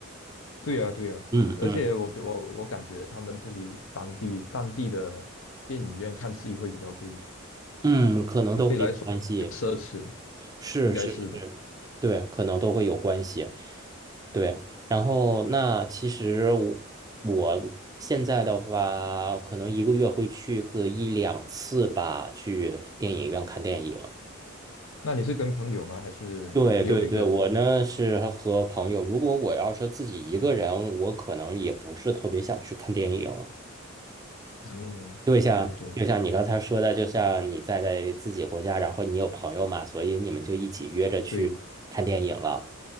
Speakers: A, on the left; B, on the right.
A: 对呀对呀，
B: 嗯嗯
A: 而且我就我我感觉他们这里当地当地的电影院看戏会比较贵一点，
B: 嗯，可能都会有关系，
A: 对来说奢侈
B: 是是是，
A: 应该是吧？
B: 对，可能都会有关系，对。然后那其实我我现在的话，可能一个月会去个一两次吧，去电影院看电影。
A: 那你是跟朋友吗？还是你有一个伙？
B: 对对对，我呢是和朋友，如果我要是自己一个人，我可能也不是特别想去看电影。
A: 嗯，
B: 就像就像你刚才说的，
A: 对对对
B: 就像你在在自己国家，然后你有朋友嘛，所以你们就一起约着去看电影了。
A: 对